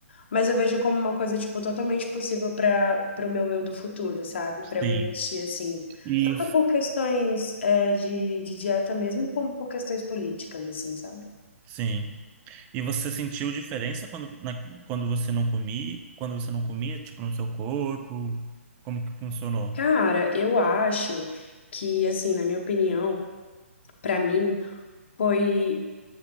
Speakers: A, on the left (about 50°); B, on the right (about 20°).
A: mas eu vejo como uma coisa, tipo, totalmente possível para para o meu eu do futuro, sabe?
B: sim.
A: Para eu investir, assim,
B: E
A: tanto por questões é, de, de dieta mesmo, como por questões políticas, assim, sabe?
B: sim. E você sentiu diferença quando, na- quando você não comia, quando você não comia, tipo, no seu corpo? Como que funcionou?
A: Cara, eu acho que, assim, na minha opinião, para mim, foi.